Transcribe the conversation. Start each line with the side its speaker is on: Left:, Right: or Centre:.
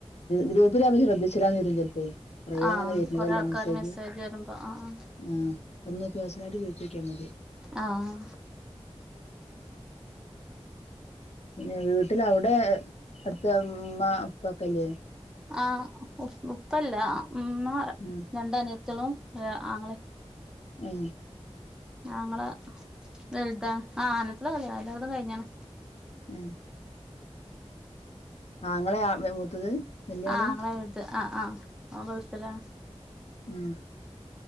Left: ഗ്രൂപ്പില ശ്രദ്ധിച്ചിന്ന വരും ചിലപ്പോേ കൊറെ
Centre: ആഹ്
Left: അങ്ങനെ വരുന്നതല്ലോ
Centre: കൊറെ ആൾക്കാര്
Left: മെസ്സേജ്
Centre: വരുമ്പോ ആഹ്
Left: ആ ഒന്ന് പേഴ്സണല ആയിട്ട് ചോയിച്ചക്കാ മതി <inaudible>
Centre: ആഹ്
Left: പിന്നെ വീട്ടിൽ അവിടെ അടുത്ത ഉമ്മ അപ്പക്കല്ലേ
Centre: ആ മ് പ്പല്ല ഒന്നോ
Left: ആ
Centre: രണ്ടോ ചളവും ആങ്ങളെ
Left: മ്
Centre: ഞങ്ങള് വലുത ആന ആ കല്യാണം എല്ലാവടും കഴിഞ്ഞാണ്
Left: മ് ആങ്ങളെ മൂത്തത് വല്യ
Centre: ആ
Left: ആള്
Centre: അങ്ങെ എഴുത് ആ ആ ആ ഗൾഫിലാണ്
Left: ആ